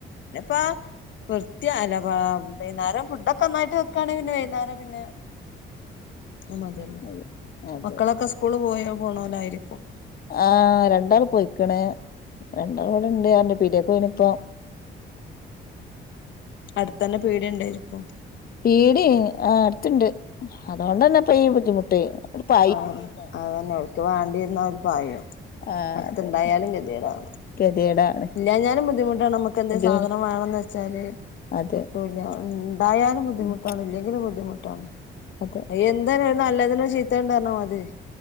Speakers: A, on the left (about 70°); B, on the left (about 50°).
A: പ്പാ ധ്യാനവാ വൈന്നാരം ഫുഡൊക്കൊന്നായ്ട്ട് വെക്കാണെങ്കി പിന്നെ വൈന്നാരം പിന്നെ. അതു മതി
B: അതെ അതെ
A: മക്കളൊക്കെ സ്കൂള് പോയോ പോണോ ലായിരിക്കും
B: ആഹ് രണ്ടാള് പൊയ്ക്ക്ണ് രണ്ടാള് വടണ്ട് അർഞ്ഞ് പീട്യേക്കോയ്ണ് പ്പൊ. <inaudible>
A: അട്ത്തന്നെ പീട്യ ണ്ടേര്ക്കും.
B: പീടി ആ അട്ത്ണ്ട് അതോണ്ടെന്നെപ്പ ഈ ബുദ്ധിമുട്ട് ട്ട് <unintelligible> പ.
A: ആഹ് അതന്നെ അവക്ക് വേണ്ടി ര്ന്ന ഓല് പായും
B: ആ
A: അട്ത്ത്ണ്ടായാലും
B: അതെ
A: കത്യേടാണ്.
B: ഗതികേടാണ്
A: ഇല്ലാഞ്ഞാ ലും ബുദ്ധിമുട്ടാണ് നമുക്ക് എന്ത്
B: ബുദ്ധിമുട്ട്
A: സാധനം വാണം ന്ന് വെച്ചാല്
B: അതെ
A: കിട്ടുല്ലാ ണ്ടായാലും ബുദ്ധിമുട്ടാണ്
B: ഉം
A: ഇല്ലെങ്കിലും ബുദ്ധിമുട്ടാണ്
B: അതെ
A: അയെന്തരുതിനും നല്ലതിനൊരു ചീത്തേം ണ്ട്ന്നറയണ മാതിരി.